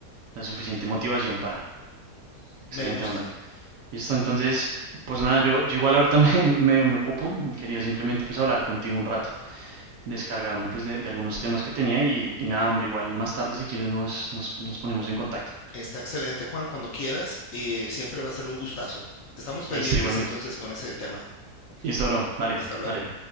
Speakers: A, on the right (about 65°); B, on the left (about 65°).
A: La suficiente motivación para. Excelente,
B: me gusta.
A: hombre. Listo, entonces, pues nada, yo, yo igual ahorita <laughs> me, medio me ocupo. Quería simplemente pues hablar contigo un rato, descargarme pues de, de algunos temas que tenía y, y nada, hombre, igual más tarde si quieres nos, nos, nos ponemos en contacto.
B: Está excelente, Juan, cuando quieras y siempre va a ser un gustazo. Estamos pendientes
A: Listo, igualmente.
B: entonces con ese tema.
A: Listo, bro. Dale,
B: Hasta luego.
A: dale.